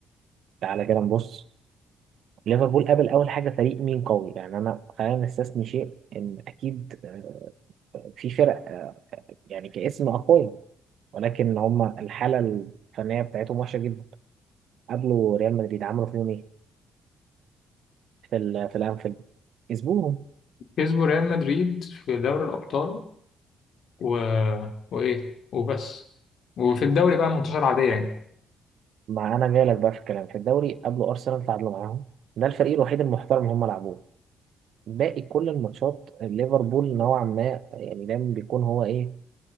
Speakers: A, on the right; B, on the left.
A: تعالى كده نبص ليفربول قابل اول حاجه فريق مين قوي يعني انا خلينا نستثني شيء ان اكيد آه، في فرق آه، يعني كاسم اقوياء ولكن هم الحاله الفنيه بتاعتهم وحشه جدا قابلوا ريال مدريد عملوا فيهم ايه في ال- في الانفيلد كسبوهم
B: كسبوا ريال مدريد في دوري الابطال و... وايه وبس وفي الدوري بقى منتصر عاديه يعني
A: ما انا جاي لك بقى في الكلام في الدوري قابلوا ارسنال تعادلوا معاهم ده الفريق الوحيد المحترم هم لعبوه باقي كل الماتشات ليفربول نوعا ما يعني دايما بيكون هو ايه